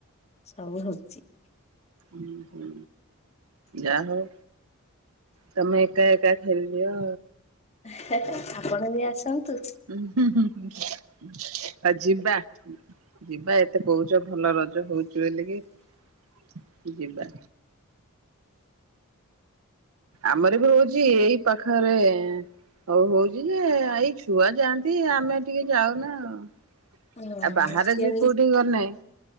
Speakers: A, on the left (about 30°); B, on the right (about 80°).
A: ସବୁ ହଉଛି।
B: ହ ହୁଁ ଯା ହଉ ତମେ ଏକା ଏକା ଖେଳି ଦିଅ
A: ସା ଆପଣ ବି ଆସନ୍ତୁ।
B: ଉ ହୁ ହୁଆଜି ବା ଯିବା ଏତେ କହୁଛ ଭଲ ରଜ ହଉଚ ବୋଲିକି ଯିବା ଆମର ବି ରହୁଛି ଏଇ ପାଖରେ ହଉ ହଉଛି ଯେ ଏଇ ଛୁଆ ଯାଆନ୍ତି ଆମେ ଟିକେ ଯାଉନା ଆଉ
A: ହଁ।
B: ଆଉ ବାହାରେ
A: କେଉଁ
B: ଯ କୋଉଠି ଗନେ